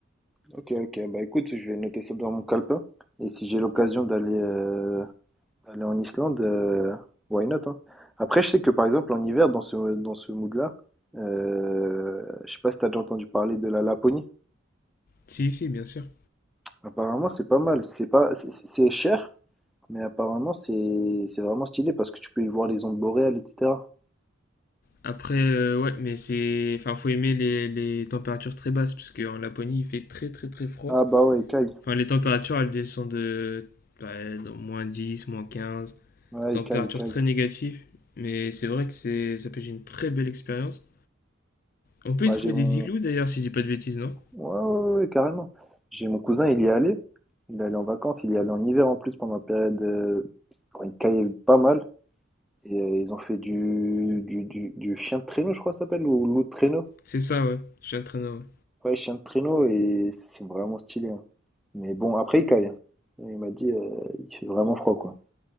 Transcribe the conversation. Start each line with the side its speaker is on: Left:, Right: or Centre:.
Centre: Ok, ok. Bah écoute, je vais noter ça dans mon calepin. Et si j'ai l'occasion d'aller euh, aller en Islande, euh, why not, hein. Après, je sais que par exemple, en hiver, dans ce, dans ce mood-là, euh, je sais pas si t'as déjà entendu parler de la Laponie.
Left: Si, si, bien sûr.
Centre: Apparemment, c'est pas mal. C'est pas, c'est c'est- c'est cher, mais apparemment, c'est c'est vraiment stylé parce que tu peux y voir les ondes boréales, etc.
Left: Après, euh, ouais, mais c'est enfin, faut aimer les, les températures très basses parce qu'en Laponie, il fait très très très froid.
Centre: Ah bah ouais, Kai.
Left: Enfin, les températures, elles descendent de bah, dans moins 10 moins 15
Centre: Ouais,
Left: températures
Centre: Kai, Kai.
Left: très négatives. Mais c'est vrai que c'est, ça peut être une très belle expérience. On peut
Centre: Bah
Left: y trouver
Centre: j'ai mon...
Left: des igloos d'ailleurs, si je dis pas de bêtises, non
Centre: Ouais, ouais, ouais, ouais, carrément. J'ai mon cousin, il y est allé. Il est allé en vacances, il y est allé en hiver en plus pendant la période euh, quand il caillait pas mal. Et euh, ils ont fait du, du, du, du chien de traîneau, je crois que ça s'appelle, ou loup de traîneau.
Left: C'est ça, ouais, j'ai un traîneur. ouais.
Centre: Ouais, chien de traîneau, et c'est vraiment stylé. hein. Mais bon, après, il caille. hein. Il m'a dit, euh, il fait vraiment froid, quoi.